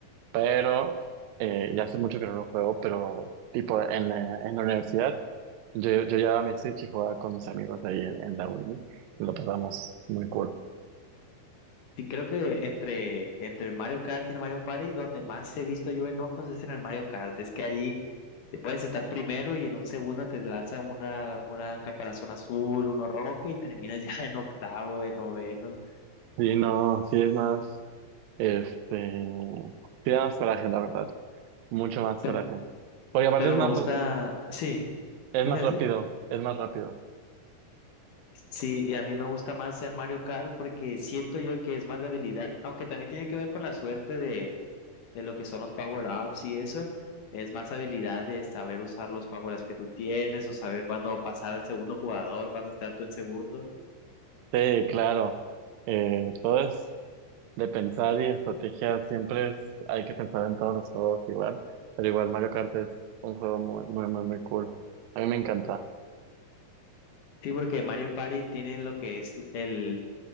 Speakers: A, on the right; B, on the left.
A: Pero eh, ya hace mucho que no lo juego, pero tipo en, eh, en la universidad yo, yo llevaba mi Switch y jugaba con mis amigos ahí en, en la uni. y Lo pasamos muy cool.
B: Y creo que entre, entre el Mario Kart y el Mario Party, donde más he visto yo enojos es en el Mario Kart. Es que ahí te puedes estar primero y en un segundo te lanza una, una caparazón azul, uno rojo y terminas <laughs> ya en octavo, en noveno.
A: Sí, no, sí es más, este, sí da más coraje, la verdad, mucho más
B: Pero,
A: coraje. Porque aparte
B: pero
A: es
B: me
A: más,
B: gusta,
A: r-
B: sí,
A: es
B: ¿qué
A: más
B: me
A: rápido,
B: decís?
A: es más rápido.
B: Sí, y a mí me gusta más ser Mario Kart porque siento yo que es más de habilidad, aunque también tiene que ver con la suerte de, de lo que son los power-ups y eso. Es más habilidad de saber usar los power-ups que tú tienes o saber cuándo pasar al segundo jugador, cuándo estar tú en segundo.
A: Sí, claro. Eh, todo es de pensar y estrategia. Siempre es, hay que pensar en todos los juegos igual. Pero igual Mario Kart es un juego muy, muy, muy, muy cool. A mí me encanta.
B: Sí, porque Mario Party tiene lo que es el,